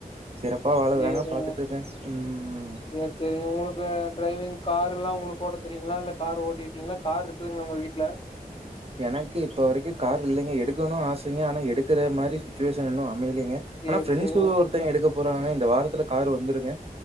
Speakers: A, on the right (about 40°); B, on the left (about 35°).
A: சிறப்பா வாழதாங்க
B: சேரிங்க
A: பாத்துட்ருக்க ம்
B: சேரி சேரிங்க உங்களுக்கு ட்ரைவிங் கார் எல்லா உங்களுக்கு ஓட்ட தெரியுங்களா இல்ல கார் ஓட்டிருக்கீங்களா கார் இருக்குதுங்கலா உங்க வீட்ல
A: எனக்கு இப்ப வரைக்கு கார் இல்லைங்க எடுக்கணு ஆசைங்க ஆனா எடுக்கற மாரி சுச்சுவேஷன் இன்னு அமையலங்கே
B: சேரி
A: ஆனா பிரண்ட்ஸ்ல
B: சேரிங்க
A: ஒருத்த எடுக்க போறாங்க இந்த வாரத்துல கார் வந்துருங்க